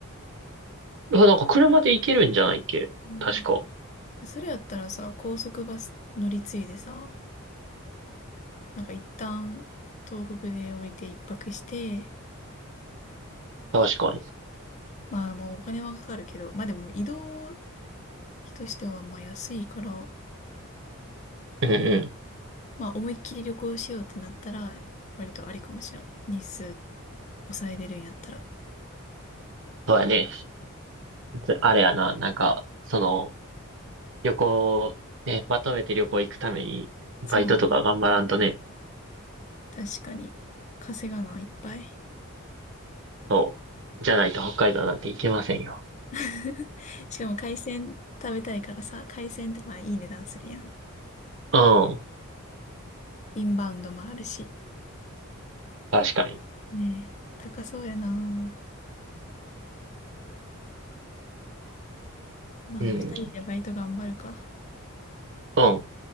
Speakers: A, on the right; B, on the left.
A: うわなんか車で行けるんじゃないっけ確か。
B: うんそれやったらさ、高速バス乗り継いでさ、なんか一旦東北で降りて一泊して、
A: 確かに。
B: まあもうお金はかかるけど、まあでも移動費としてはまあ安いから、
A: うんうん。
B: まあ思いっきり旅行しようってなったら、割とありかもしれん。日数抑えれるんやったら。
A: そうやね。ずあれやな、なんか、その、旅行、ね、まとめて旅行行くために、バイトとか頑張らんとね、
B: そう、確かに。稼がないっぱい。
A: そう。じゃないと北海道なんて行けませんよ。
B: <laughs> しかも海鮮食べたいからさ、海鮮ってまあいい値段するやん。
A: うん。
B: インバウンドもあるし。
A: 確かに。
B: ねえ、高そうやな。まあ、
A: うん。
B: 二人でバイト頑張るか。
A: うん。